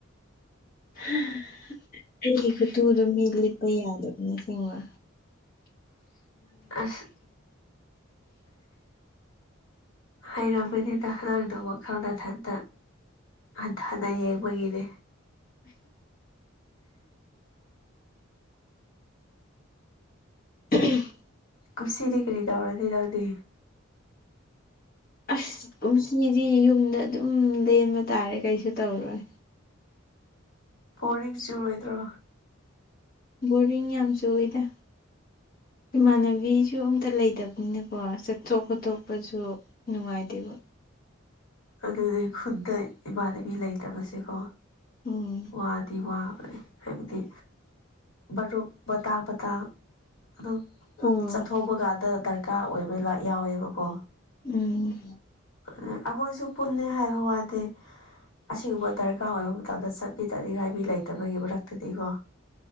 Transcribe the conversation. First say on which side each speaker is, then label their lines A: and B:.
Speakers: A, on the left; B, on the left.
A: <unintelligible> ꯇꯨꯗꯣ ꯃꯤ ꯂꯤꯠꯄ ꯌꯥꯗꯕꯅꯦ ꯁꯤꯡꯕ
B: ꯑꯁ ꯍꯩꯔꯝꯒꯅꯤꯗ ꯅꯪꯅ ꯋꯥꯈꯜ ꯃꯊꯟꯇ ꯍꯟꯊꯅ ꯌꯦꯡꯕꯒꯤꯅꯦ
A: ꯎ <unintelligible>
B: ꯀꯨꯝꯁꯤꯗꯤ ꯀꯔꯤ ꯇꯧꯔꯗꯤ ꯅꯪꯗꯤ꯫
A: ꯑꯁ ꯀꯨꯝꯁꯤꯗꯤ ꯌꯨꯝꯗ ꯑꯗꯨꯝ ꯂꯦꯟꯕ ꯇꯥꯔꯦ ꯀꯩꯁꯨ ꯇꯧꯔꯣꯏ
B: ꯕꯣꯔꯤꯡ ꯆꯨꯨꯔꯣꯏꯗ꯭ꯔꯣ꯫
A: ꯕꯣꯔꯤꯡ ꯌꯥꯝ ꯆꯨꯏꯗ꯫ ꯏꯃꯥꯟꯅꯕꯤꯁꯨ ꯑꯝꯇ ꯂꯩꯇꯕꯅꯤꯅꯀꯣ ꯆꯠꯊꯣꯛ ꯈꯣꯠꯇꯣꯛꯄꯁꯨ꯫ ꯅꯨꯡꯉꯥꯏꯇꯦꯕ꯫
B: ꯑꯗꯨꯗꯤ ꯈꯨꯟꯗ ꯏꯃꯥꯟꯅꯕꯤ ꯂꯩꯇꯕꯁꯦꯀꯣ꯫
A: ꯎꯝ
B: ꯋꯥꯗꯤ ꯋꯥꯕꯅꯦ ꯍꯥꯏꯕꯗꯤ ꯃꯔꯨꯞ ꯃꯇꯥꯡ ꯃꯇꯥꯡ꯫ ꯑꯗꯨꯝ
A: ꯑꯣ
B: ꯆꯠꯊꯣꯛꯄ ꯀꯥꯟꯗ ꯗꯔꯀꯥꯔ ꯑꯣꯏꯕ ꯌꯥꯎꯋꯦꯕꯀꯣ꯫
A: ꯎꯝ꯫
B: ꯑ ꯑꯩꯈꯣꯏꯁꯨ ꯄꯨꯜꯂꯦ ꯍꯥꯏꯕ ꯋꯥꯗꯦ ꯑꯁꯤꯒꯨꯝꯕ ꯗꯔꯀꯥꯔ ꯑꯣꯏꯕ꯫ ꯇꯝꯗ ꯆꯠꯄꯤꯅꯅꯤꯡꯉꯥꯏ ꯃꯤ ꯂꯩꯇꯕꯒꯤ ꯃꯔꯛꯇꯗꯤꯀꯣ꯫